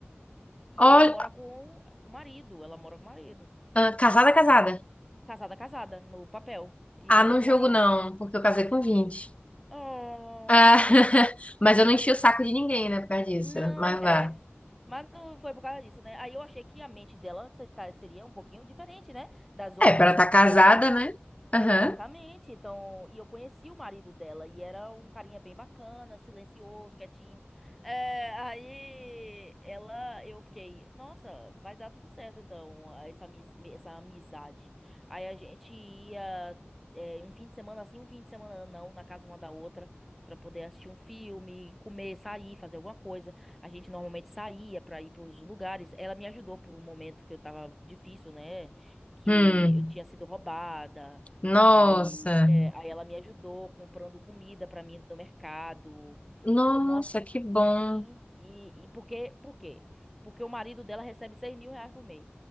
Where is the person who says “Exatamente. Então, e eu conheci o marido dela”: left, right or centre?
Centre